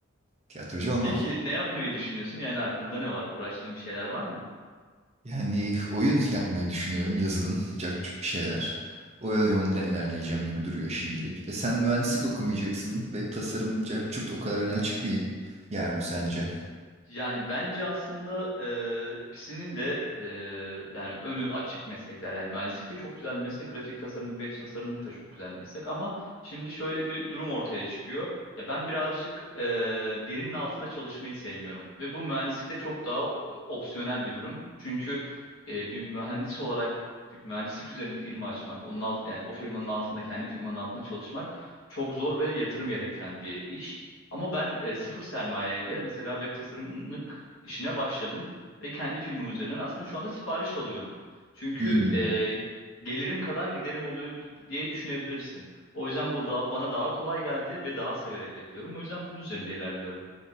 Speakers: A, on the right; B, on the left.
A: tiyatrocu olmam.
B: peki ne yapmayı düşünüyorsun? Yani aklında ne var? Uğraştığın bir şeyler var mı?
A: Yani oyun yapmayı düşünüyorum yazılım, cart curt bir şeyler. O yönden ilerleyeceğim gibi duruyor şimdilik. E sen mühendislik okumayacaksın. Web tasarım, cart curt o kadar öne açık bir yer mi sence?
B: Yani bence aslında e, ikisinin de e, yani önü açık meslekler. Yani mühendislik de çok güzel bir meslek, grafik tasarımlık, ve web tasarımlık da çok güzel bir meslek. Ama şimdi şöyle bir durum ortaya çıkıyor. Ya ben birazcık e, birinin altında çalışmayı sevmiyorum ve bu mühendislikte çok daha o- opsiyonel bir durum. Çünkü e, bir mühendis olarak bir mühendislik üzerine firma açmak, onun alt, yani o firmanın altında kendi firmanın altında çalışmak çok zor ve yatırım gerektiren bir iş. Ama ben e, sıfır sermaye ile mesela web tasarımlık işine başladım ve kendi firmam üzerinden aslında şu anda sipariş alıyorum. Çünkü
A: Hmm.
B: e, gelirim kadar giderim oluyor diye düşünebilirsin. O yüzden bu da, bana daha kolay geldi ve daha severek yapıyorum. O yüzden bunun üzerinde ilerliyorum.